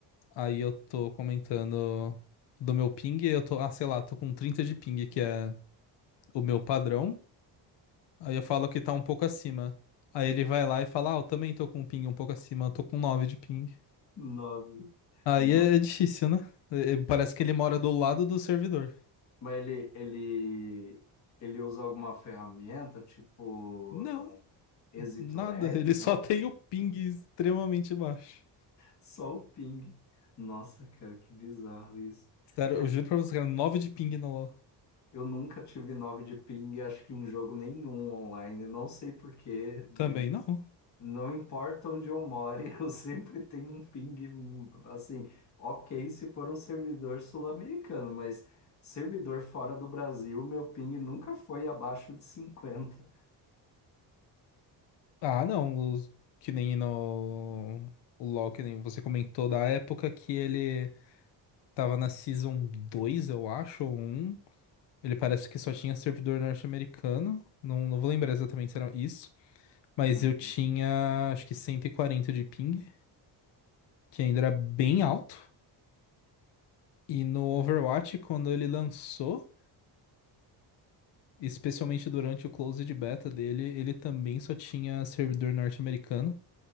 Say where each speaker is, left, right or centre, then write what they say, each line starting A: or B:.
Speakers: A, on the left; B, on the left.
A: Aí eu tô comentando do meu ping, e eu tô, ah, sei lá, tô com 30 de ping, que é o meu padrão. Aí eu falo que tá um pouco acima. Aí ele vai lá e fala, ah, eu também tô com um ping um pouco acima, eu tô com 9 de ping.
B: Nove.
A: Aí
B: Nove.
A: é, é difícil, né? É- é- Parece que ele mora do lado do servidor.
B: Mas ele, ele, ele usa alguma ferramenta, tipo
A: Não,
B: ah, exit
A: nada,
B: lag,
A: ele
B: sei
A: só
B: lá.
A: tem o ping extremamente baixo.
B: Só o ping. Nossa, cara, que bizarro isso.
A: Sério,
B: É,
A: eu juro pra você, cara, nove de ping no LoL.
B: eu nunca tive nove de ping, acho que em jogo nenhum online. Não sei por quê. de-
A: Também não.
B: Não importa onde eu more, <laughs> eu sempre tenho um ping, assim, ok se for um servidor sul-americano, mas servidor fora do Brasil, meu ping nunca foi abaixo de cinquenta
A: Ah, não, os- que nem no... O LoL, que nem você comentou da época que ele Tava na Season 2, eu acho, ou um. Ele parece que só tinha servidor norte-americano. Não, não vou lembrar exatamente se era isso. Mas
B: Uhum.
A: eu tinha, acho que 140 de ping, que ainda era bem alto. E no Overwatch, quando ele lançou, especialmente durante o closed beta dele, ele também só tinha servidor norte-americano.